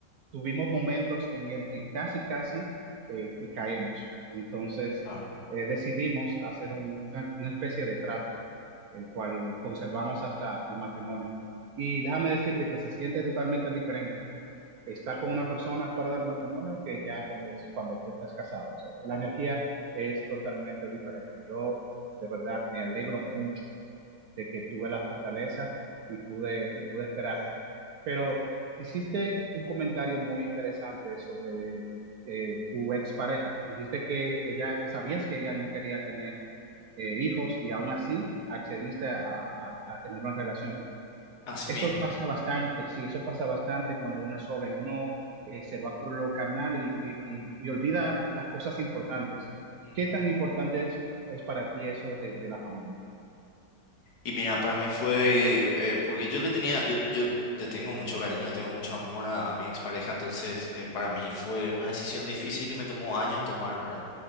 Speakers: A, on the right (about 65°); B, on the left (about 65°).
A: tuvimos momentos en el que casi, casi eh, que caemos. Entonces,
B: claro,
A: eh, decidimos hacer un- una una especie de trato el cual conservamos hasta el matrimonio. Y déjame decirte que se siente totalmente diferente estar
B: ujú.
A: con una persona fuera del matrimonio que ya cuando, cuando tú estás casado. O sea, la energía es totalmente diferente. Yo de verdad me alegro mucho de que tuve la fortaleza y pude, y pude esperar. Pero hiciste un comentario muy interesante sobre eh, tu expareja. Dijiste que ella, sabías que ella no quería tener eh, hijos y aún así accediste a, a- a tener una relación.
B: Así
A: Eso
B: mismo.
A: pasa bastante, sí, eso pasa bastante cuando uno es joven, uno eh, se va por lo carnal y, y- y- y olvida las cosas importantes.
B: Ujú.
A: ¿Qué tan importante es, es para ti eso de de la familia?
B: Y mira, para mí fue, eh, porque yo le tenía, yo, yo le tengo mucho cariño, le tengo mucho amor a, a mi expareja, entonces eh, para mí fue una decisión difícil que me tomó años tomar, ¿verdad?